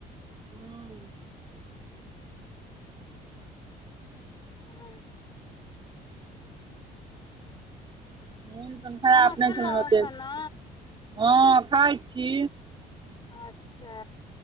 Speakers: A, on the right; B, on the left.
A: हूं
B: नय
A: मोन खराब
B: अहाँ
A: नहि
B: खेलहुँ
A: छलेन ओते,
B: खाना
A: हँऽ खाइ छी।
B: अच्छा,